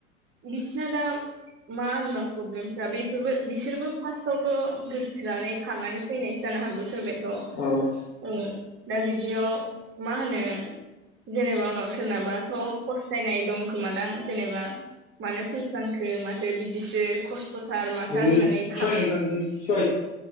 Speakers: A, on the right (about 30°); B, on the left (about 35°).
A: बिसना दा मा होनबा प्रब्लेमफ्रा बेफोरबो बिसोरबो फार्स्टावथ' गोसोथनानै खारनानै फैनायसो जानो हागौ सोरबथ'
B: औ
A: दा बिदियाव मा होनो जेनेबा उनाव सोरनाबाथ' फस्थायनाय दंखोमादां जेनेबा मानो फैफ्लांखो माथो बिदिसो खस्थ थार माथार
B: निस्सय
A: होननानै
B: नोंथां निस्सय